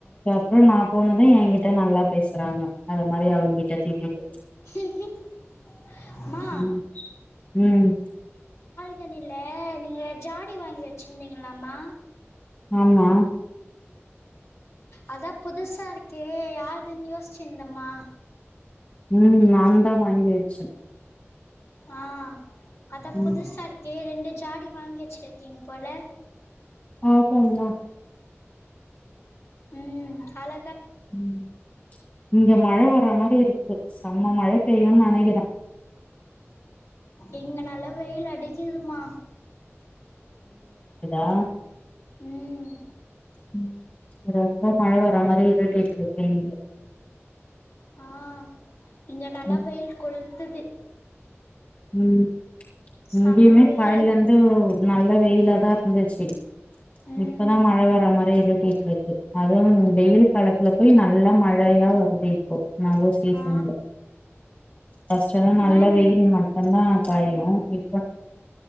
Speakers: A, on the left; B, on the left.
A: றோ நா போனது ஏன்கிட்ட நல்லா பேசுறாங்க அது மாரி அவர்கிட்ட திட்டிட்டு
B: <inaudible> அம்மா
A: ம் ம்
B: கனில நீங்க ஜாடி வாங்கி வச்சிருந்தீங்கல்லமா
A: ஆமா
B: அதா புதுசா இருக்கே யார்துன்னு யோஸ்ச்சிருந்தேம்மா.
A: ம் நாந்தா வாங்கி வச்சே
B: ஆ அதா
A: ம்
B: புதுசா இருக்கே ரெண்டு ஜாடி வாங்கி வெச்சுருக்கீங் போல
A: ஓகேங்ளா
B: ம் அதுல
A: ம் இங்க மழ வர மாரி இருக்குது செம மழ பெய்யுன்னு நெனைக்கிற
B: இங்க நல்லா வெயிலு அடிக்குதும்மா
A: ஆ
B: ம்
A: ம் ரொம்ப மழ வர மாரி இருட்டிட்டு இருக்கு இங்க
B: ஆ இங்க நல்லா
A: ம்
B: வெயில் கொளுத்துது.
A: ம் இங்கயுமே
B: செம்ம வெயில்
A: காலைல இருந்து நல்ல வெயிலாதா இருந்திச்சி
B: ம்
A: இப்பதா மழ வர மாரி இரு ட்டிட்ருக்கு அதுவு வெயில் காலத்துல போய் நல்லா மழையா வருது இப்போ நல்ல சீசன்ல
B: ஆ
A: ஃபஸ்ட் எல்லா நல்ல
B: நான்
A: வெயில் ம அப்பறந்தா பெய்யு இ